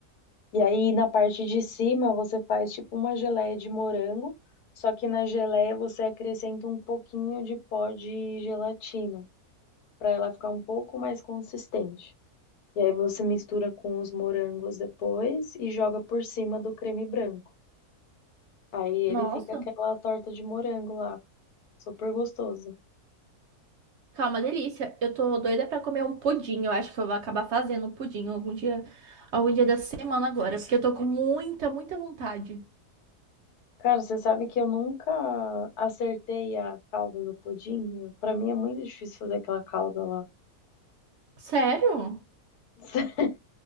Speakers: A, on the left; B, on the right.
A: E aí na parte de cima você faz tipo uma geleia de morango, só que na geleia você acrescenta um pouquinho de pó de gelatina, para ela ficar um pouco mais consistente. E aí você mistura com os morangos depois e joga por cima do creme branco. Aí
B: Nossa,
A: ele fica aquela torta de morango lá, super gostoso.
B: calma, delícia. Eu tô doida pra comer um pudim. Eu acho que eu vou acabar fazendo um pudim algum dia, algum dia da semana agora, porque eu tô com muita, muita vontade.
A: Cara, você sabe que eu nunca acertei a calda do pudim? Para mim é muito difícil fazer aquela calda lá.
B: Sério?
A: <laughs>